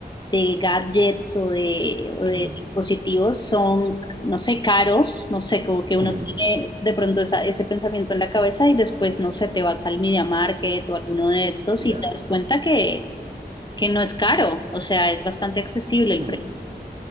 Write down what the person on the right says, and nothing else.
mm,
mm,
ya.
mm.